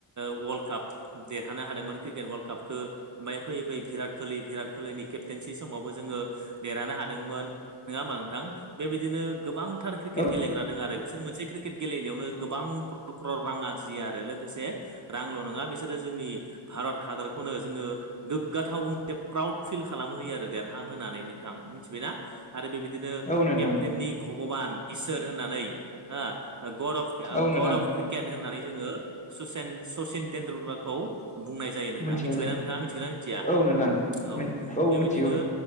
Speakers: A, on the right; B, on the left.
A: ओ वर्ल्ड काप देरहानो हादोंमोन क्रिकेट ववर्ल्ड कापखो ओमफफ्राय फैयैयै बिराट कलि भिराट कलिनि केप्टेनसि समावबो जोङो देरहानो हादोंमोन। नङा होमा नोंथां बेबायदिनो गोबांथार क्रिकेट
B: औ
A: गेलेग्राादों आरो बिसोर मोनसे क्रिकेट क्रिकेट गेलेनायावनो गोबां क्रर क्रर रां आरजिया आरो लोगोसे रांल' नङा बिसोरो जोंनि भारत हादरखौनो जोङो गोग्गाथाव मोनसे प्राउड फिल खालाम होयो आरो देरहा होनानै नोंथां मिथिबायना आरो बेबायदिनो
B: औ नोंथां
A: केप्टेननि भगबान इसोर होननानै हो गरब
B: औ नोंथां
A: गड अफ क्रिकेट होननानै जोङो सचेन सचिन टेेनन्दुलकारखौ बुंनाय जायो नोंथां
B: मिथिनाय
A: मिथिबायना
B: जायो
A: नोंथाङा मिथिगौ ना मिथिया
B: औ नोंथां
A: औ
B: औ
A: बेबायदिनो
B: मिथिगौ